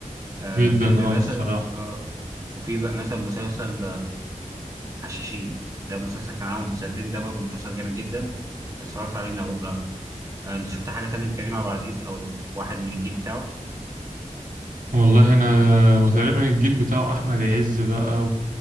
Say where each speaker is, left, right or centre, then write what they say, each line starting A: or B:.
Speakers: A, on the right; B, on the right.
A: آه
B: جدا
A: فيلم
B: أه
A: مثلا
B: الصراحة
A: آه وفي بقى مثلا مسلسل حشاشين ده مسلسل كان عامل من سنتين ده برضه مسلسل جامد جدا اتفرجت عليه من اوله لاخره آه، انت شفت حاجه تانية لكريم عبد العزيز او واحد من الجيل بتاعه
B: والله أنا وتقريبا الجيل بتاعه أحمد عز بقى